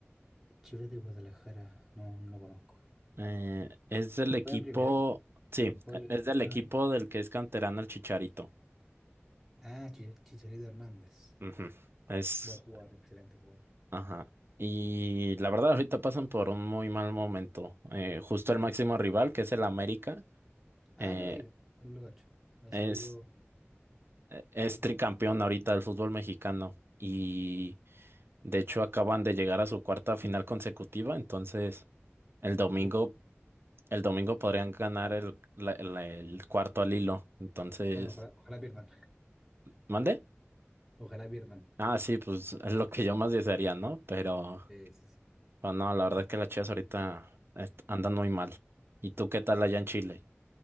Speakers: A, in the centre; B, on the right.
A: Chivas de Guadalajara, no, no lo conozco.
B: Eh, es del equipo,
A: ¿Juega en primera?
B: sí,
A: ¿Juega
B: e-
A: el-
B: es del equipo
A: Ah,
B: del que es canterano el Chicharito.
A: ah, Chi- Chicharito Hernández.
B: Ujú. Es,
A: Buen jugador, excelente jugador.
B: Ajá. Y la verdad, ahorita pasan por un muy mal momento. Eh, justo
A: Ya.
B: el máximo rival, que es el América,
A: Ah,
B: eh,
A: el América, el Locacho. A ese
B: es,
A: equipo,
B: eh, es
A: bueno.
B: tricampeón ahorita del fútbol mexicano. Y de hecho acaban de llegar a su cuarta final consecutiva. Entonces, el domingo,
A: Uf,
B: el domingo podrían ganar el, la- la- el cuarto al hilo. Entonces,
A: bueno, ojalá, ojalá pierdan.
B: ¿mande?
A: Ojalá pierdan.
B: Ah, sí, pues es lo que yo más desearía, ¿no? Pero,
A: Sí, sí, sí.
B: pero no, la verdad que las Chivas ahorita est- andan muy mal. ¿Y tú qué tal
A: Perfecto.
B: allá en Chile?